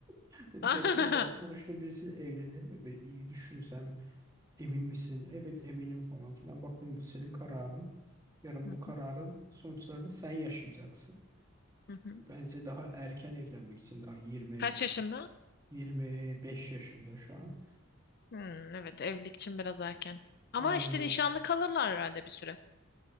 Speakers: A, on the right (about 15°); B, on the left (about 50°).
A: <laughs>
B: Hı
A: 4 kere daha buluştuğum birisiyle evlenir mi? Be, iyi düşünsem emin misin? Evet eminim falan filan. Baktım bu senin kararın. Yarın
B: hı,
A: bu kararın sonuçlarını sen yaşayacaksın.
B: hı hı.
A: Bence daha erken evlenmek için daha yirmi
B: Kaç yaşında?
A: yirmi beş yaşında şu an.
B: Hmm, evet evlilik için biraz erken. Ama
A: Aynen.
B: işte nişanlı kalırlar herhalde bir süre.